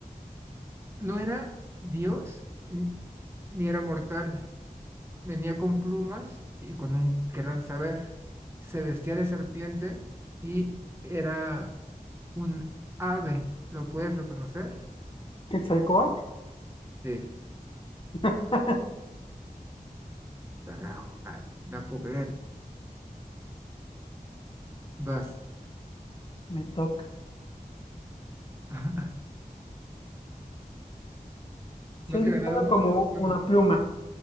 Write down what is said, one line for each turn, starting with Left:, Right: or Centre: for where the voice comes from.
Right: No era Dios ni, ni era mortal. Venía con plumas y con un gran saber. Se vestía de serpiente y era un ave. ¿Lo puedes reconocer?
Left: ¿Quetzalcóatl?
Right: Sí,
Left: <laughs>
Right: carajo. Ah, no puedo creer. Vas.
Left: Me toca.
Right: <laughs>
Left: Soy
Right: No te
Left: ligero
Right: he ganado un
Left: como
Right: solo juego.
Left: una pluma,